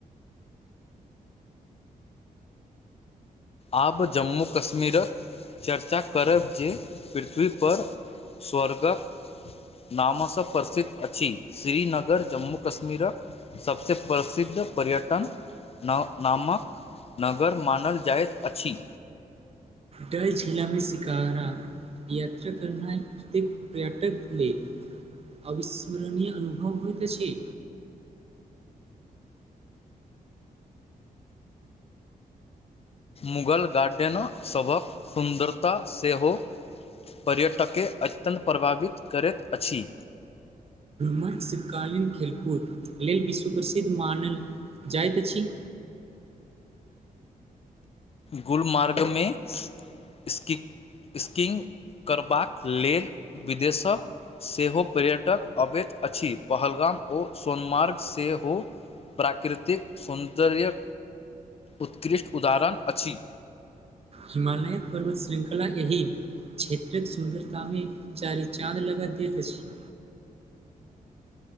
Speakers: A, on the left; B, on the right.
A: आब जम्मू कश्मीरक चर्चा करब जे पृथ्वीपर स्वर्गक नामस प्रसिद्ध अछि श्रीनगर जम्मू कश्मीरक सबसे प्रसिद्ध पर्यटन न नामक नगर मानल जाइत अछि।
B: डल झीलामे शिकारा यात्रा करनाइ प्रत्येक पर्यटक के अविस्मरणीय अनुभव होइत अछि।
A: मुगल गार्डेनसभक सुन्दरता सेहो पर्यटककेँ अत्यन्त प्रभावित करैत अछि।
B: मर्ग शीतकालीन खेलकूद लेल विश्व प्रसिद्ध मानल जाइत अछि।
A: गुलमार्गमे इसक स्कीइंग करबाक लेल विदेश सेहो पर्यटक अबैत अछि पहलगाम ओ सोनमार्ग सेहो प्राकृतिक सौन्दर्य उत्कृष्ट उदाहरण अछि।
B: हिमालय पर्वत श्रृंखला एहि क्षेत्रक सुन्दरतामे चारि चाँद लगा दैत अछि।